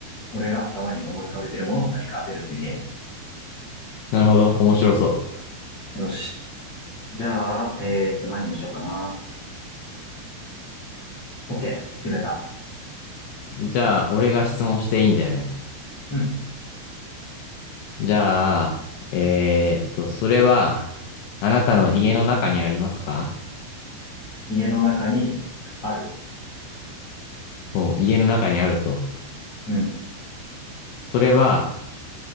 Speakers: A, on the left; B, on the left.
A: 俺が頭に思い浮かべてるものを何か当てるっていうゲー
B: なるほど。面白そ
A: ム。よし。じゃあ、えっと、何にしようかな。OK。決めた。
B: う。じゃあ、俺が質問していいんだよね。
A: うん。
B: じゃあ、えーっと、それは、あなたの家の中にありますか
A: 家の中にある。
B: お、家の中にあると。
A: うん。
B: それは、